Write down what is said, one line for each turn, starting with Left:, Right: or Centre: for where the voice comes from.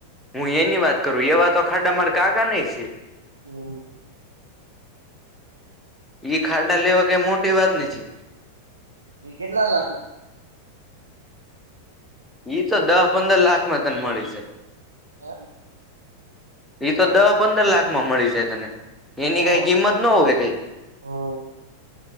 Centre: હું એની વાત કરું એવા તો ખાડા માડકાગા નહ છે
Right: એ
Centre: ઈ ખાડા લેવા કઈ મોટી વાત નથી
Right: હ એ કેટલા લાગ
Centre: ઈ તો દહ પંદર લાખમાં તને મળી જાય
Right: હ
Centre: એઈ તો દહ પંદર લાખમાં મળી જાય તને એની
Right: ઓહો
Centre: કઈ કિંમત ન હોવે કઈ
Right: હમ